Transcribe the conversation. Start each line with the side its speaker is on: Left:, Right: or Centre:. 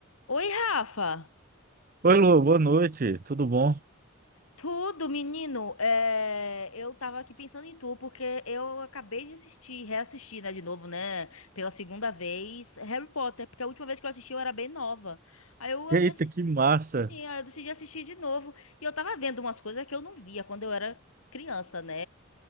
Left: Oi, Rafa!
Right: Oi, Lu, boa noite, tudo bom?
Left: Tudo, menino? É, eu tava aqui pensando em tu, porque eu acabei de assistir, reassistir, né, de novo, né, pela segunda vez, Harry Potter, porque a última vez que eu assisti eu era bem nova. Aí eu ah,
Right: Eita,
Left: decidi,
Right: que massa!
Left: aí eu decidi assistir de novo, e eu tava vendo umas coisas que eu não via quando eu era criança, né?